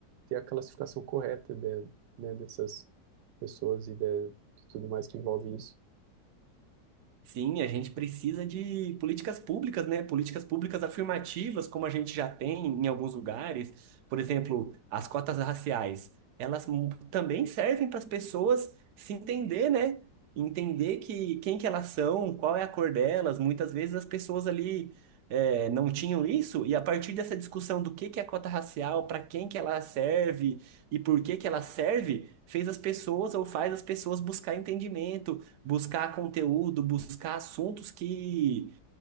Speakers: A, on the right; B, on the right.
A: ter a classificação correta de, né, dessas pessoas e de, de tudo mais que envolve isso.
B: Sim, a gente precisa de políticas públicas, né? Políticas públicas afirmativas, como a gente já tem em alguns lugares. Por exemplo, as cotas raciais, elas mu- também servem para as pessoas se entender, né? Entender que quem que elas são, qual é a cor delas. Muitas vezes as pessoas ali eh, não tinham isso, e a partir dessa discussão do que que é a cota racial, para quem que ela serve e por que que ela serve, fez as pessoas ou faz as pessoas buscar entendimento buscar conteúdo, buscar assuntos que